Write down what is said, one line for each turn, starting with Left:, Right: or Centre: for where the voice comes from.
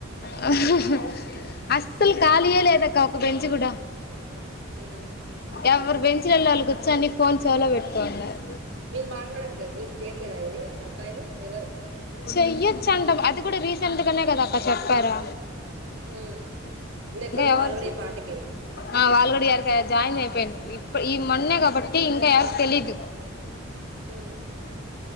Left: హ హ హ అస్సలు ఖాళీయే లేదక్క ఒక బెంచ్ కూడా
Right: ఈ మ్
Left: ఎవరు బెంచిలల్లో వాళ్ళ కూర్చొని ఫోన్ చెవులో పెట్టుకోవుండారు
Right: వీళ్ళు మాట్లాడట్లేదు వీళ్ళు చేయట్లేద ఇది అబ్బాయిలు ఎవరు
Left: చెయ్యొచ్చంట అది కూడా రీసెంట్ గానే కదక్క చెప్పారు
Right: ఉం లేకపోతే
Left: ఎవరు
Right: వాళ్ళగూడే పాటకి
Left: ఆ వాళ్ళు కూడా ఈ యాడి కాడ జాయిన్ జేపి పె <unintelligible> ఈ మన్నే
Right: ఉమ్
Left: కాబట్టి ఇంక <unintelligible> తెలిదు
Right: హుమ్